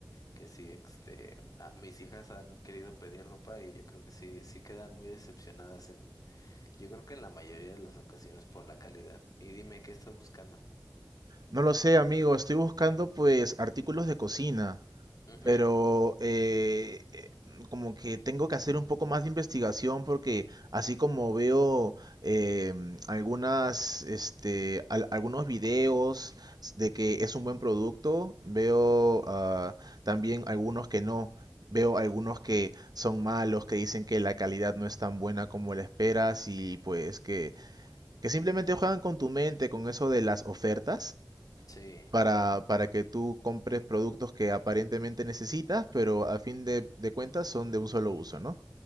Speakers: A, on the left; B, on the right.
A: que sí, este, a- mis hijas han querido pedir ropa y yo creo que sí, sí quedan muy decepcionadas en, yo creo que en la mayoría de las ocasiones por la calidad. Y dime, ¿qué estás buscando?
B: No lo sé, amigo, estoy buscando pues artículos de cocina.
A: Ujú,
B: pero eh, eh, como que tengo que hacer un poco más de investigación porque así como veo em, algunas, este, al- algunos videos de que es un buen producto, veo ah, también algunos que no. Veo algunos que son malos, que dicen que la calidad no es tan buena como la esperas y pues que, que simplemente juegan con tu mente, con eso de las ofertas
A: Sí,
B: para, para que tú compres productos que aparentemente necesitas, pero a fin de, de cuentas son de un solo uso, ¿no?